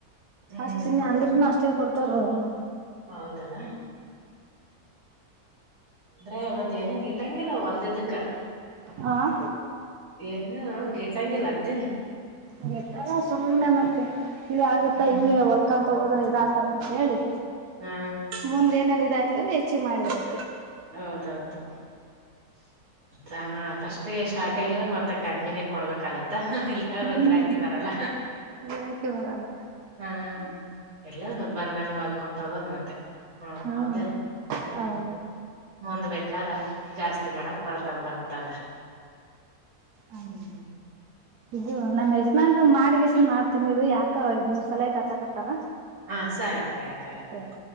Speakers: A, on the right; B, on the right.
A: ಹ್ಮ್
B: ಅಷ್ಟಿನಿ ಅಂದ್ರೂನು ಅಷ್ಟೇ ಕೊಡ್ತಾರೇ ಅವರು
A: ಹೌದಲ್ಲ ಅಂದ್ರೆ ಮತ್ತೇನ ಗಿಟಂಗಿಲ್ಲ ಹೊಲ್ದದಕ್ಕ
B: ಹ
A: ಏನು ಗೇಟಂಗಿಲ್ಲ ಅಂತೇನಿ
B: ಗಿಟ್ಟಲ್ಲ ಸುಮ್ಮ್ನೆ ಮತ್ತೆ ಇಲ್ಲಿ ಆಗುತ್ತಾ
A: ಹ್ಮ್
B: ಹಿಂಗೆ ಹೊಲ್ಕಾಂತ ಹೋದ್ರೆ ಇದಾತರ ಅಂತ ಹೇಳಿ
A: ಹಾ
B: ಮುಂದೆ ಏನಾರ ಇದ ಆಯ್ತು ಅಂದ್ರೆ ಮಾಡಿಬಿಡೋದು
A: ಹೌದೌದು ನಾನು ಫಸ್ಟ್ ಸ್ಟಾರ್ಟಿಂಗ್ ಅಂದ್ರೆ ಮತ್ತೆ ಕಡ್ಮಿನೇ ಕೊಡ್ಬೇಕಾಗುತ್ತ ಇ
B: ಹ್ಮ್
A: ಗಿರಾಕಿ ಬರಲ್ಲ
B: ಗಿರಾಕಿ ಬರಲ್ಲ
A: ಹ್ಮ ಎಲ್ಲ ಮತ್ ಬಂದಂಗ ಹೊಲ್ಕೊತ ಹೋಗೋದು ಮತ್ತೆ ಹಾ
B: ಹ್ಮ್
A: ಹೌದಲ್ಲ ಹ್ಮ್
B: ಹೌದು
A: ಮುಂದ್ ಬೇಕಾರ ಜಾಸ್ತಿ ಮಾಡಕ್ ಬರ್ತ ಬರುತ್ತೆ ಅಂದ್ರೆ <unintelligible>
B: ಹಾಗೆ ಇದು ನಮ್ಮ ಯಜಮಾನ್ರಂಗ್ ಮಾಡಿಗಿಸಿನ್ ಮಾಡ್ತನಿರು ಯಾಕ ಮೂ! ! ಸಲೈ ಆತಕತ್ತಾರ
A: ಹಾ ಸರಿತವ ಯಾಕಾಗ
B: ಸರಿ